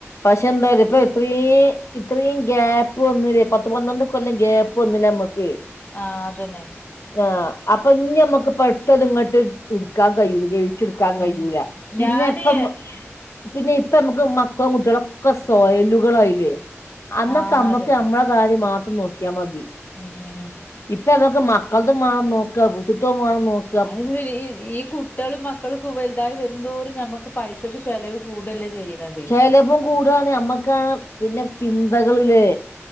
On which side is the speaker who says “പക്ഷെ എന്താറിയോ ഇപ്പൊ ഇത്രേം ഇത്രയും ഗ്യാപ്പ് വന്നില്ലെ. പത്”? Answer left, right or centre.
Left